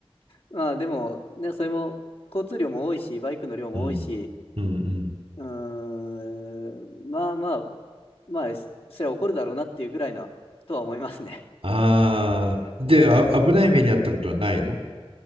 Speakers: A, on the left; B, on the right.
A: まあでも、ね、それも交通量も多いし、バイクの量も多いし、
B: うん。うんうん。
A: うーん、まあまあ、まあ、そりゃ怒るだろうなっていうぐらいなとは思いますね。
B: ああ。で、あ、危ない目に遭ったことはないの